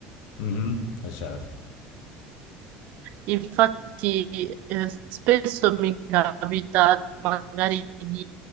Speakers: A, on the left (about 80°); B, on the right (about 65°).
A: mhm, eh, certo.
B: Infatti, eh, spesso mi capita magari di